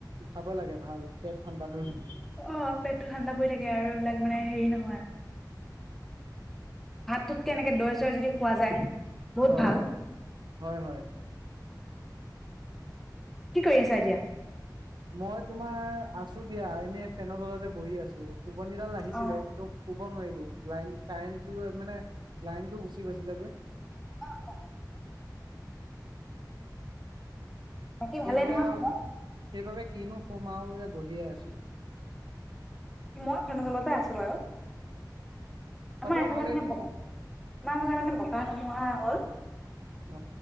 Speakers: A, on the right; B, in the centre.
A: খাব লাগে ভাল পেট ঠাণ্ডা পৰি থাকে।
B: অ', পেটটো ঠাণ্ডা পৰি থাকে আৰু এইবিলাক মানে হেৰি নহয়, ভাত তটোত কেনেকে দৈ চৈ যদি খোৱা যায়। বহুত
A: হয়,
B: ভাল
A: হয়, হয়।
B: কি কৰি আছা এতিয়া?
A: মই তোমাৰ আছো দিয়া এনে ফেনৰ তলতে বহি আছো। টোপনীষডাল লাগিছিলে
B: অ
A: কিন্তু শুব নোৱাৰিলো। লাইন কাৰেণ্টটো মানে লাইনটো গুচি গৈছিলেগৈ
B: অ', অ'। বাকী
A: সেই
B: ভালে
A: বাবে
B: নহয়
A: আও,
B: খবৰ?
A: সেই বাবে কিনো শুম আও, এয়া বহিয়ে আছো।
B: মই ফেনৰ তলতে আছো বাৰু
A: খবৰ
B: আমাৰ এফালে
A: ভালেই
B: মানে
A: দি
B: ব-আমাৰ এফালে মানে বতাহ ধুমুহা হ'ল
A: অ